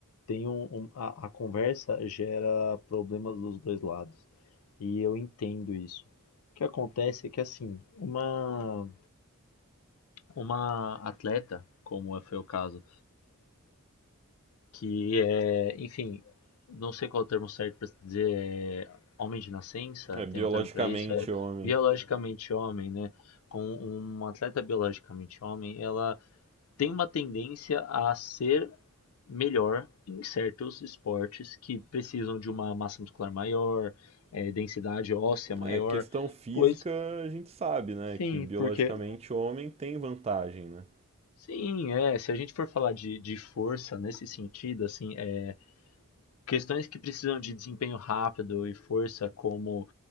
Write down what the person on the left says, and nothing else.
tem um, um- a, a conversa gera problemas dos dois lados, e eu entendo isso. O que acontece é que assim, uma, uma atleta, como é, foi o caso, Que é, enfim, não sei qual é o termo certo para dizer, é homem de nascença,
tem um termo para isso, é
biologicamente homem, né? Com uma atleta biologicamente homem, ela tem uma tendência a ser melhor em certos esportes que precisam de uma massa muscular maior, é, densidade óssea maior,
pois
Sim,
porque
sim, é, se a gente for falar de, de força nesse sentido, assim, é questões que precisam de desempenho rápido e força, como